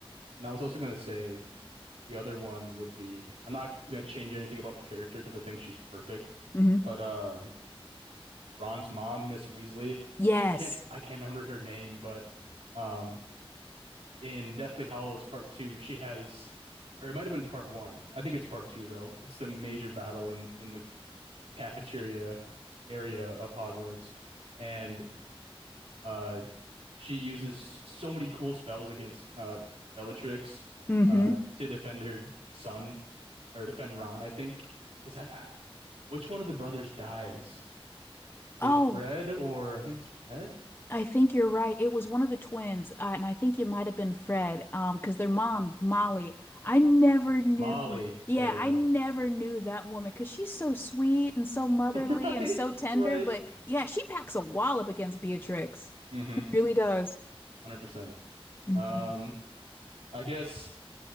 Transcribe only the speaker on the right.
and I was also gonna say the other one would be I'm not gonna change anything about the character because I think she's perfect.
But um Ron's mom, Miss Weasley,
I can't I can't remember her name, but um in Deathly Hollows Part Two, she has or it might have been part one. I think it's part two though. It's the major battle in in the cafeteria area of Hogwarts, and uh, she uses so many cool spells against uh, Bellatrix
uh, to defend her son or defend Ron, I think. Because which one of the brothers dies? Is
it Fred or I think it's Fred?
Molly.
There we
go.
<laughs>
Right,
right.
Mm-hmm.
100%.
Um, I guess